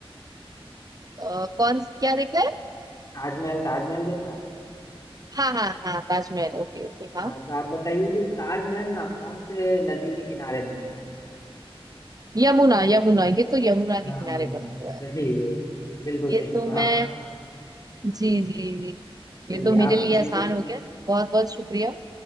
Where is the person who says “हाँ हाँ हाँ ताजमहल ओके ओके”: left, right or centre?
Right